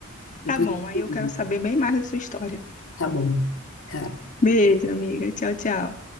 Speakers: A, on the left; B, on the left.
A: Depois
B: Tá bom,
A: eu te
B: aí eu quero
A: ligo.
B: saber bem mais da sua história.
A: Tá bom. Tá.
B: Beijo, amiga. Tchau, tchau.